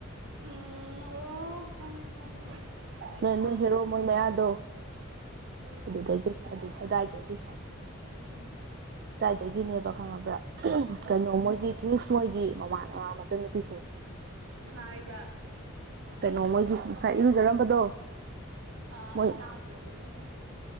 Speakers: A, on the right; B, on the right.
A: ꯎꯝ ꯑꯣ ꯈꯪꯉꯦ ꯈꯪꯉꯦ ꯑꯩ
B: ꯅꯣꯏ
A: ꯇꯥꯈ꯭ꯔꯦ
B: ꯅꯣꯏ ꯍꯦꯔꯣ ꯃꯣꯏ ꯃꯌꯥꯗꯣ
A: ꯎꯝ
B: ꯑꯗꯨꯗꯒꯤ ꯑꯗꯥꯏꯗꯒꯤ
A: ꯎꯝ
B: ꯑꯗꯥꯏꯗꯒꯤꯅꯦꯕ ꯈꯪꯉꯕ꯭ꯔꯥ
A: ꯎꯝ
B: ꯀꯩꯅꯣ ꯃꯣꯏꯒꯤ ꯀꯤꯁ ꯃꯣꯏꯒꯤ ꯃꯃꯥꯟ ꯃꯆꯟꯅꯨꯄꯤꯁꯤꯡ
A: ꯈꯥꯟꯅꯥꯏꯕ
B: ꯀꯩꯅꯣ ꯃꯣꯏꯒꯤ ꯉꯁꯥꯏ ꯏꯔꯨꯖꯔꯝꯕꯗꯣ
A: ꯑ
B: ꯃꯣꯏ
A: ꯑꯩ ꯇꯥꯒ꯭ꯔꯦ ꯗꯨꯝ ꯃꯤꯅ